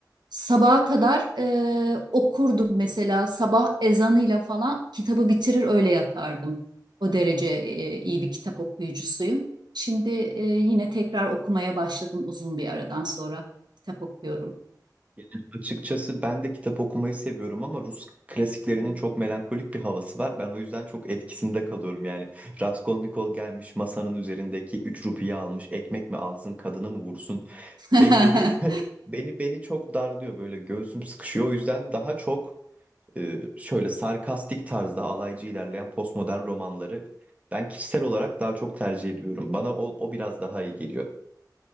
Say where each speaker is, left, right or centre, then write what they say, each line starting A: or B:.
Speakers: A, on the right; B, on the right.
A: Sabaha kadar e, okurdum mesela sabah ezanıyla falan kitabı bitirir öyle yatardım. O derece e, iyi bir kitap okuyucusuyum. Şimdi e, yine tekrar okumaya başladım uzun bir aradan sonra kitap okuyorum.
B: Yani açıkçası ben de kitap okumayı seviyorum ama Rus klasiklerinin çok melankolik bir havası var. Ben o yüzden çok etkisinde kalıyorum. Yani Raskolnikov gelmiş masanın üzerindeki 3 rupiyi almış. Ekmek mi alsın, kadını mı vursun?
A: <laughs>
B: Beni beni beni beni çok darlıyor böyle göğsüm sıkışıyor. O yüzden daha çok e, şöyle sarkastik tarzda alaycı ilerleyen postmodern romanları ben kişisel olarak daha çok tercih ediyorum. Bana o, o biraz daha iyi geliyor.